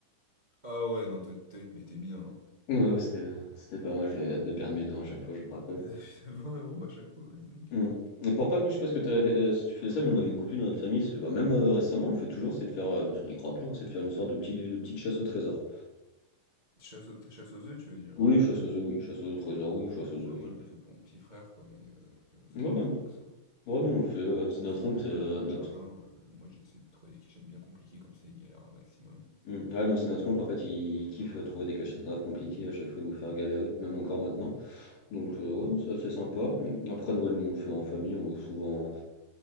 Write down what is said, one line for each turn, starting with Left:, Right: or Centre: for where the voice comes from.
Right: Ah ouais, non, toi, toi, tu te mettais bien. hein.
Left: Ouais, ouais, c'était c'était pas mal, j'avais hâte de perdre mes dents à chaque fois, je me rappelle.
Right: <laughs> 20 euros à chaque fois, bah dis donc.
Left: Mmh. Et pour Pâques, nous, je sais pas ce que tu avais fait, heu, si tu faisais ça, mais on avait une coutume dans notre famille, c'est bah, même, heu, récemment, on le fait toujours, c'est de faire, heu, même si on y croit plus, hein, c'est de faire une sorte de petit de petite chasse au trésor.
Right: Chasse aux, chasse aux œufs, tu veux dire?
Left: Oui, chasse aux œufs, oui, chasse aux trésors, oui, chasse aux œufs,
Right: Ouais, moi
Left: oui.
Right: je le fais pour mon petit frère, quoi, mais euh, euh, ça va
Left: Non,
Right: pas
Left: non,
Right: plus loin que ça.
Left: non, non, on fait, euh, c'est notre
Right: Ça planque
Left: oncle, euh,
Right: les œufs dans
Left: notre...
Right: le jardin. euh, moi j'ai essayé de trouver des cachettes bien compliquées, comme ça ils galèrent un maximum.
Left: Hmm, Ah non, c'est notre oncle, en fait, il, il kiffe euh, trouver des cachettes graves compliquées, à chaque fois nous faire galérer, même encore maintenant. Donc, euh, ouais, non, c'est assez sympa. Hmm, Après Noël, nous, on le fait en famille, on loue souvent...